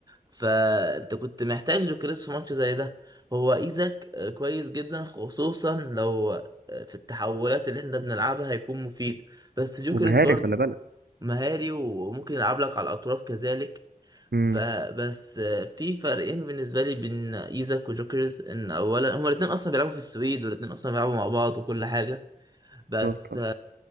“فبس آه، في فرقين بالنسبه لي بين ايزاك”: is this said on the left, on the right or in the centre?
Right